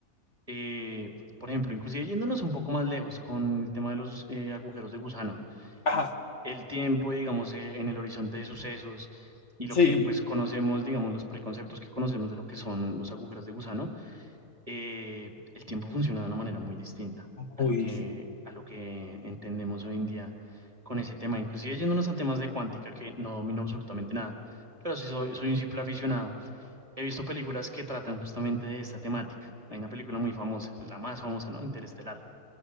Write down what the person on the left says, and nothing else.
Ajá,
sí.
Muy
difícil.